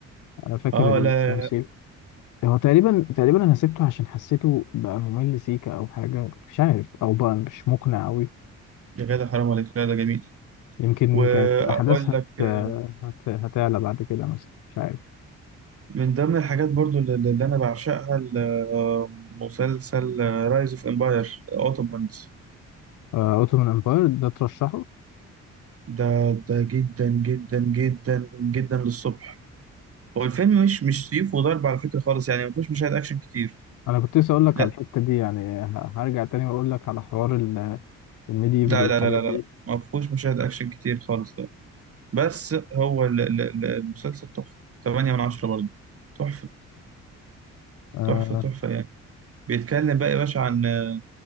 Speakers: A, on the left; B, on the right.
A: انا فاكر
B: اه
A: التمثيل
B: لا
A: هو تقريبا تقريبا انا سبته عشان حسيته بقى ممل سيكا او حاجة مش عارف او بقى مش مقنع قوي
B: يا جدع حرام عليك لا ده جميل
A: يمكن
B: واقول
A: كانت الاحداث هت...
B: لك آه،
A: هت... هتعلى بعد كده مثلا مش عارف
B: من ضمن الحاجات برضو اللي اللي انا بعشقها ال- آه، مسلسل رايز اوف امباير اوتومانز
A: اوتومان امباير ده ترشحه
B: ده ده جدا جدا جدا جدا للصبح هو الفيلم مش مش سيف وضرب على فكرة خالص يعني ما فيهوش مشاهد اكشن كتير
A: انا كنت لسه اقول لك
B: لا
A: على الحته دي يعني ه- هرجع تاني واقول لك على حوار ال- الميديفال
B: لا
A: والحاجات
B: لا لا لا,
A: دي
B: لا. ما فيهوش مشاهد اكشن كتير خالص لا بس هو ال- ال- ال- المسلسل تحفة 8 من 10 برضو تحفة
A: آه
B: تحفة تحفة يعني بيتكلم بقى يا باشا عن آه،